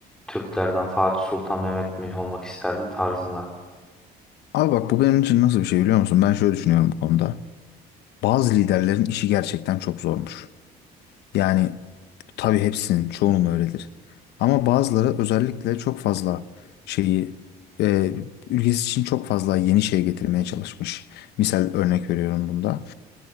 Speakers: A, in the centre; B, on the left.
A: Türklerden Fatih Sultan Mehmet mi olmak isterdin tarzında.
B: Abi bak bu benim için nasıl bir şey biliyor musun? Ben şöyle düşünüyorum bu konuda. Bazı liderlerin işi gerçekten çok zormuş. Yani tabii hepsinin, çoğunun öyledir. Ama bazıları özellikle çok fazla şeyi, e, ülkesi için çok fazla yeni şey getirmeye çalışmış. Misal örnek veriyorum bunda.